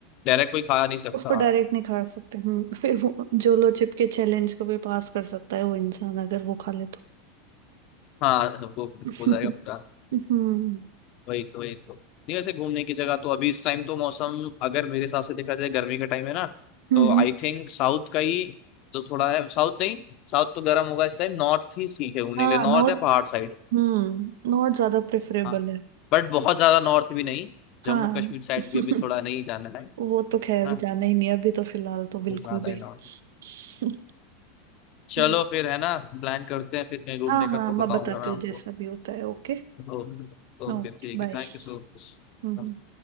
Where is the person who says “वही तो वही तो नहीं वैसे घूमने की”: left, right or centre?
Left